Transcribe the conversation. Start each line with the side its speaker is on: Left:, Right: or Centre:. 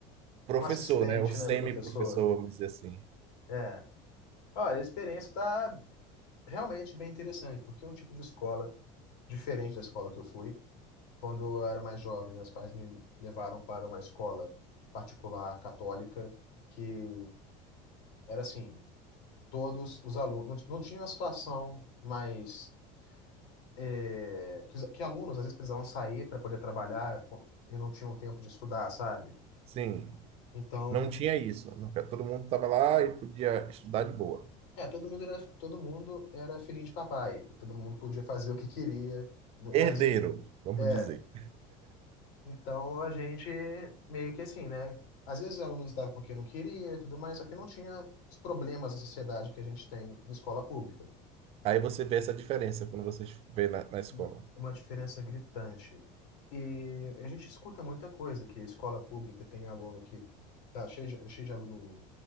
Right: professor,
Left: Um assistente,
Right: né? Ou semi-professor,
Left: né, do professor.
Right: vamos dizer assim.
Left: É. Olha, a experiência está realmente bem interessante, porque é um tipo de escola diferente da escola que eu fui. Quando eu era mais jovem, meus pais me levaram para uma escola particular católica, que era assim, todos os alunos, não, não tinha uma situação mais é, que, que alunos às vezes precisavam sair para poder trabalhar e não tinham tempo de estudar, sabe?
Right: Sim,
Left: Então,
Right: não tinha isso. Nunca- Todo mundo estava lá e podia estudar de boa.
Left: é, todo mundo era, todo mundo era filhinho de papai, e todo mundo podia fazer o que queria. No-
Right: Herdeiro,
Left: As,
Right: vamos
Left: é,
Right: dizer.
Left: então a gente meio que assim, né? Às vezes os alunos davam porque não queria e tudo mais, só que não tinha os problemas da sociedade que a gente tem em escola pública.
Right: Aí você vê essa diferença quando você vê na, na escola.
Left: uma, uma diferença gritante. E a gente escuta muita coisa, que escola pública tem aluno que tá cheio de, cheio de aluno